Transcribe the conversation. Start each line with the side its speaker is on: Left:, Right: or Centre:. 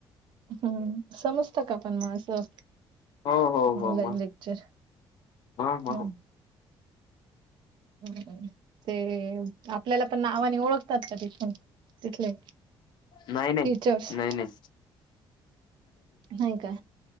Right: हम्म समजत का पण मग असं
Left: हो हो
Right: ऑनलाईन
Left: हो मग
Right: लेक्चर?
Left: <unintelligible> <inaudible>
Right: हम्म हम्म. ते आपल्याला पण नावाने ओळखतात का तिथून तिथले?
Left: नाही नाही
Right: टीचर्स
Left: नाही नाही.
Right: नाही का